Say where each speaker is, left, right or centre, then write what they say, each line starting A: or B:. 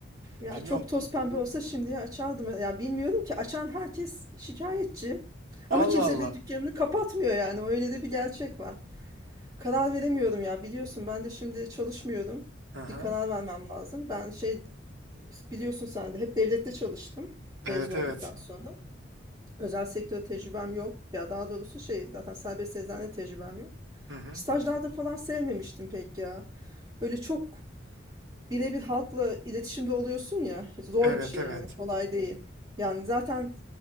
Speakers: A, on the right; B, on the right.
A: ya
B: Bilmiyorum.
A: çok toz pembe olsa şimdiye açardım. Ya bilmiyorum ki açan herkes şikayetçi. Ama
B: Allah
A: kimse
B: Allah.
A: de dükkanını kapatmıyor yani. Öyle de bir gerçek var. Karar veremiyorum ya biliyorsun ben de şimdi çalışmıyorum.
B: Hı hı.
A: Bir karar vermem lazım. Ben şey biliyorsun sen de hep devlette çalıştım
B: Evet
A: mezun olduktan
B: evet.
A: sonra. Özel sektör tecrübem yok. Ya daha doğrusu şey zaten serbest eczane tecrübem yok.
B: Hı hı.
A: Stajlarda falan sevmemiştim pek ya. Böyle çok birebir halkla iletişimde oluyorsun ya. Zor
B: Evet
A: bir şey
B: evet.
A: yani. Kolay Evet. değil. Yani zaten